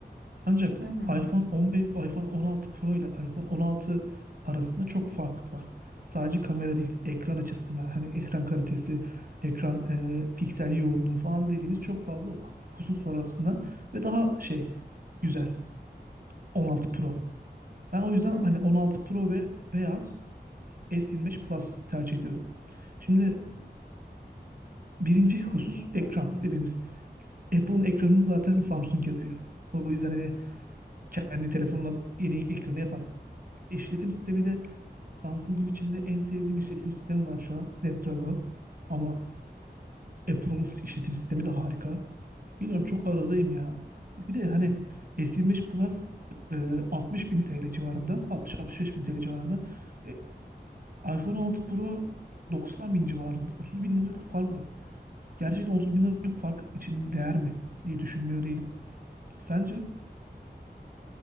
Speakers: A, on the right (about 55°); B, on the right (about 80°).
A: Ancak
B: hı hı,
A: iPhone 15, iPhone 16 Pro ile iPhone 16 arasında çok fark var. Sadece kamera değil, ekran açısından hani ekran kalitesi, ekran e, piksel yoğunluğu falan dediğimiz çok fazla husus var arasında ve daha şey güzel 16 Pro. Ben o yüzden
B: hı hı,
A: hani 16 Pro ve veyahut S25 Plus tercih ediyorum. Şimdi birinci husus
B: hı
A: ekran
B: hı.
A: dediğimiz. Apple'ın ekranını zaten Samsung yapıyor. O yüzden hani kendi telefonuna yeni ekranı yapar. İşletim sistemi de Samsung'un içinde en sevdiğim işletim sistemi var şu an. Snapdragon. Ama Apple'ın işletim sistemi de harika. Bilmiyorum çok aradayım ya. Bir de hani S25 Plus e, 60 bin TL civarında. 60-65 bin TL civarında. E, iPhone 6 Pro 90 bin civarında. 30 bin liralık fark var. Gerçekten 30 bin liralık fark için değer mi diye düşünmüyor değilim. Sence?